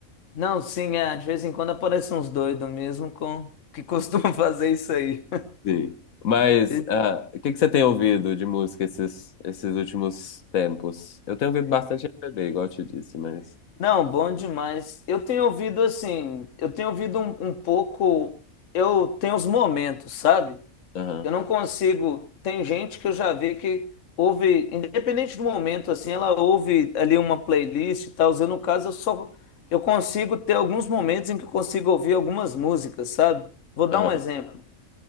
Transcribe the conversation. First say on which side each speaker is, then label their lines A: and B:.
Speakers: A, on the left; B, on the left.
A: Não, sim, é, de vez em quando aparecem uns doidos mesmo com que costumam <laughs> fazer isso aí.
B: Sim. Mas
A: <laughs>
B: ah, o que que você tem ouvido de música esses, esses últimos tempos? Eu tenho ouvido bastante MPB, igual eu te disse, mas.
A: Não, bom demais. Eu tenho ouvido assim, eu tenho ouvido um, um pouco, eu tenho os momentos, sabe?
B: Aham,
A: Eu não consigo. Tem gente que eu já vi que ouve, independente do momento, assim, ela ouve ali uma playlist e tal. Eu, no caso, eu só eu consigo ter alguns momentos em que eu consigo ouvir algumas músicas, sabe? Vou dar
B: aham.
A: um exemplo